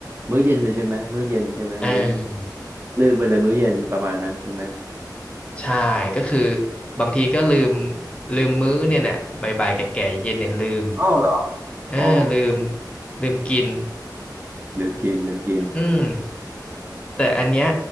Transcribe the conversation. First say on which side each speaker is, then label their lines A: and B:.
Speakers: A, on the right (about 30°); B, on the left (about 15°).
A: มื้อเย็นเลยใช่ไหมมื้อเย็นใช่ไหมเน้น
B: เออ
A: ลืมไปเลยมื้อเย็นประมาณนั้นใช่ไหม
B: ใช่ก็คือบางทีก็ลืมลืมมื้อเนี่ยเนี่ยบ่ายๆแก่ๆเย็นเนี่ยลืม
A: อ้าวเหรอ
B: เออลืม
A: อ๋อ
B: ลืมกิน
A: ลืมกินลืมกิน
B: อืมแต่อันเนี้ย